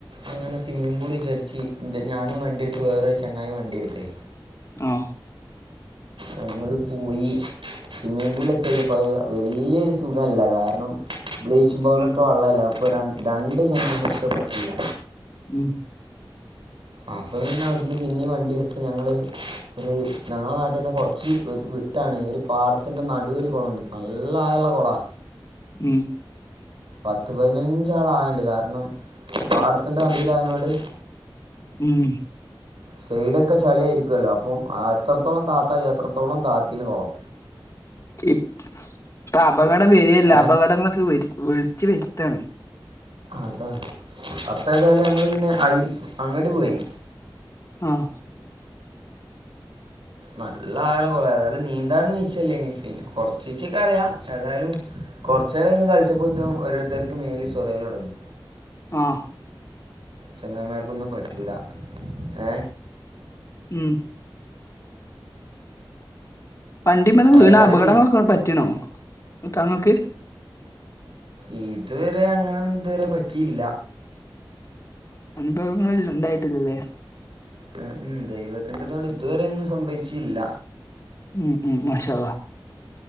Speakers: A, on the right (about 75°); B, on the left (about 35°).
A: അങ്ങനെ സ്വിമ്മിങ് പൂൾ വിചരിച് ഇന്റെ ഞാനും വണ്ടിയെടുത്തു വേറൊരു ചങ്ങായും വണ്ടിയെടുത്ത്
B: ആഹ്
A: ഞങ്ങള് പോയി സ്വിമ്മിംഗ് പൂള് എത്തിയത് പ് വല്യോരു സുഖല്ല കാരണം ബ്ലീച്ചിംഗ് പൗഡർ
B: ഉം
A: ഇട്ട വള്ളല്ലേ ഇപ്പോൾ ര രണ്ട് ജനങ്ങൾക്ക് പറ്റീല്ല
B: ഉം
A: അപ്പൊ അവിടുന്ന് പിന്നെ വണ്ടിയെടുത്ത് ഞങ്ങള് ഒരു ഞങ്ങളെ നാട്ടിൽ തന്നെ കുറച്ച് വിട്ടാണ് ഒരു പാടത്തിന്റെ നടുവ ഒരു കുളംഉണ്ട് നല്ലായുള്ള കുളാ
B: ഉം
A: പത്ത് പതിനഞ്ചാള ആയണ്ട് കാരണം പാടത്തിന്റെ നടുവിൽ ആയനോണ്ട്
B: ഉം
A: സൈഡൊക്കെ ചളിയായിരിക്കുവല്ലോ അപ്പം അത്രത്തോളം താത്ത അത്രത്തോളം താത്തീന് കൊളം
B: ഇപ് അപകടം വര്യല്ല
A: ഏ
B: അപകടങ്ങളൊക്കെ വ് വിള്ച്ച് വര്ത്താണ്
A: അതാ അപ്പേതായാലും ഞങ്ങള് പിന്നെ അയിൽ അങ്ങട്ട് പോയി
B: ആഹ്
A: നല്ല ആയാളെ കൊള തായാലും നീന്താനുംീച്ചല്ലേ ഇനി പിന്നെ കൊറച്ച ചീച്ചക്ക് അറിയാം ഏതായാലും കൊറച്ച നേര ഇന്ന് കളിച്ചപ്പോത്ത ഓരോരുത്തർക്ക് മെയിൽ ചൊറൽ തുടങ്ങി
B: ആഹ്
A: ചെങ്ങായി മാര്ക്കൊന്നും പറ്റൂല ഏ
B: മ് വണ്ടിമന്ന് വീണ്
A: ഏതായാലും
B: അപടങ്ങളൊക്കെ
A: പിൻ
B: പറ്റീണോ തങ്ങക്ക്
A: ഇത് വരെ അങ്ങനൊന്നു ഇത് വരെ പറ്റീല്ല
B: അനുഭവങ്ങള ഉണ്ടായിട്ടില്ലല്ലേ
A: മ് മ് ദൈവത്തിന്റെതൊണ്ട് ത് വരെ ഒന്നും സംഭവിച്ചീല്ല
B: മ് മ് മാഷാ അല്ലാഹ്